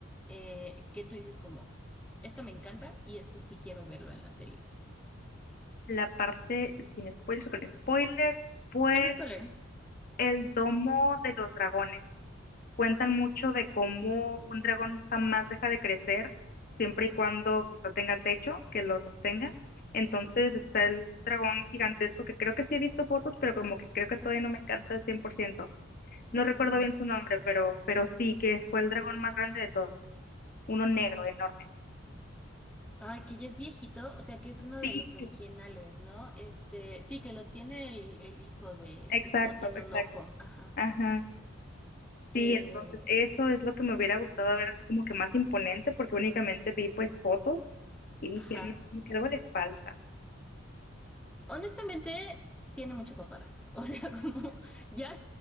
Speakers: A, in the centre; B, on the left (about 45°).
A: Eh, que tú dices como, esta me encanta y esto sí quiero verlo en la serie.
B: La parte sin spoilers o con spoilers, pues
A: Con spoiler.
B: el domo de los dragones. Cuentan mucho de cómo un dragón jamás deja de crecer, siempre y cuando pues, no tenga techo que lo sostenga. Entonces está el dragón gigantesco que creo que sí he visto fotos, pero como que creo que todavía no me encanta al cien por ciento
A: Ujú.
B: No recuerdo bien su nombre, pero, pero sí, que fue el dragón más grande de todos. Uno negro, enorme.
A: Ay, que ya es viejito, o sea que es uno
B: Sí,
A: de los originales, ¿no? Este, sí, que lo tiene el, el hijo de,
B: exacto,
A: que no tiene
B: exacto.
A: un ojo, ajá.
B: Ajá.
A: Eh,
B: Sí, entonces eso es lo que me hubiera gustado ver así como que más imponente, porque únicamente vi pues fotos y dije,
A: ajá.
B: no, como que algo le falta.
A: Honestamente, tiene mucha papada. <laughs> O sea, como ya,